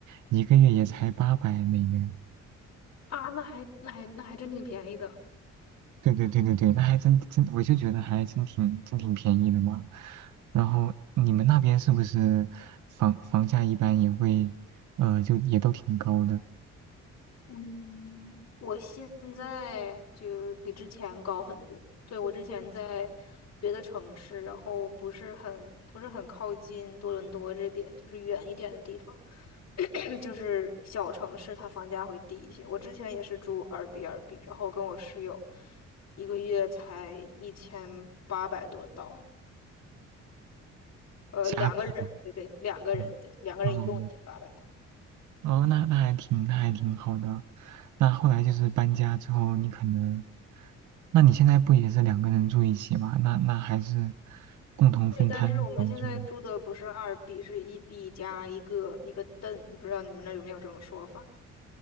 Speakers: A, on the right; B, on the left.
A: 一个月也才八百美元。
B: 啊。那还那还那还真挺便宜的，
A: 对对对对对，那还真真，我就觉得还真挺真挺便宜的嘛。然后你们那边是不是房房价一般也会呃就也都挺高的，
B: 嗯，我现在就比之前高很多。对，我之前在别的城市，然后不是很不是很靠近多伦多这边，就是远一点的地方。<clears throat> 就是小城市它房价会低一些。我之前也是住二 b 二 b 然后跟我室友一个月才一千八百多刀，呃，
A: 加币吗？
B: 两个人，对对，两个人，
A: 嗯，
B: 对，两个人一共一千八百多。
A: 哦哦，那那还挺那还挺好的。那后来就是搬家之后，你可能，那你现在不也是两个人住一起吗？那那还是共同分摊房租。
B: 对，但是我们现在住的不是二 B，是一 B 加一个一个凳，不知道你们那儿有没有这种说法，